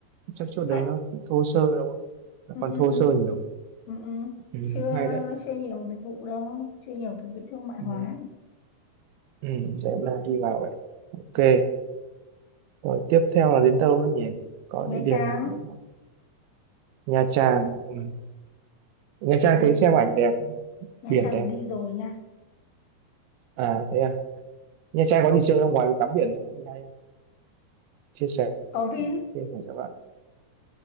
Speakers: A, on the right; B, on the left.
A: chắc chỗ đấy
B: Sóc,
A: nó thô sơ đúng không nó
B: ừ,
A: còn
B: ừ,
A: thô sơ nhiều
B: ừ, ừ.
A: ừ.
B: Chưa,
A: hay đấy
B: chưa nhiều dịch vụ đâu, chưa nhiều kiểu bị thương mại
A: ừ.
B: hóa. ấy.
A: Ừ. để hôm nay đi vào vậy ok rồi tiếp theo là đến đâu nữa nhỉ có
B: Nha
A: địa điểm
B: Trang,
A: nào nữa không Nha Trang ừ. Nha Trang
B: Nha,
A: thấy xem ảnh đẹp
B: Nha
A: biển
B: Trang
A: đẹp
B: đi rồi nha.
A: À thế à. Nha Trang có gì chơi không? Ngoài tắm biển có gì hay không? Chia sẻ
B: Có Vin,
A: chia sẻ cho bạn.